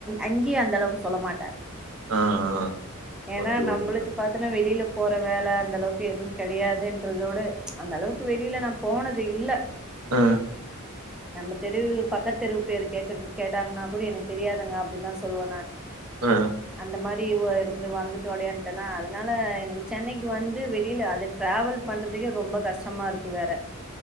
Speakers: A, in the centre; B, on the right.
A: அங்கேயே அந்த அளவுக்கு சொல்ல மாட்டேன்
B: ஆ ஆ
A: ஏன்னா
B: ஓகே
A: நம்மளுக்கு
B: ஓகே சார்
A: பத்தன்னா வெளியில போற வேல அந்த அளவுக்கு எதுவும் கிடையாதுன்றதோட அந்த அளவுக்கு வெளில நான் போனது இல்ல
B: ஆஹம்
A: நம்ம தெருவு பக்க தெருவு பேர் கே கேட்டாங்கன்னா கூட எனக்கு தெரியாதங்க அப்டின்னுதான் சொல்லுவேன் நான்
B: ஆஹ்
A: அந்த மாரி இருந்து வந்து அதனால எனக்கு சென்னைக்கு வந்து வெளிய அது டிராவல் பண்றதுக்கு ரொம்ப கஷ்டமா இருக்கு வேற